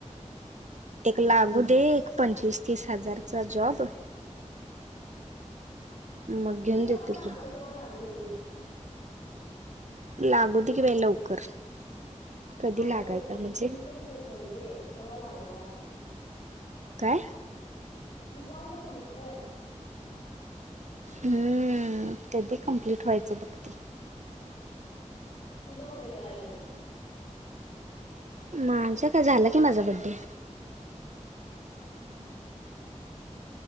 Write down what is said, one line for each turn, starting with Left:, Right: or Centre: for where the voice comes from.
Left: हम्म
Right: एक लाग ते एक पंचवीस तीस हजारचा जॉब मग घेऊन
Left: ते
Right: देतो
Left: क लागल
Right: की
Left: क्हा लागेल गी
Right: <inaudible> कधी
Left: मग आता
Right: लागायचा
Left: फ
Right: म्हणजे
Left: नऊ दे तेव्हा लागणार
Right: काय?
Left: बीकॉम तर कर
Right: हम्म. कधी कम्प्लीट व्हायचं बघ ते.
Left: हम्म तुझ्या बड्डेला काय घेणार?
Right: माझं काय? झालं की माझा बड्डे.
Left: हम्म.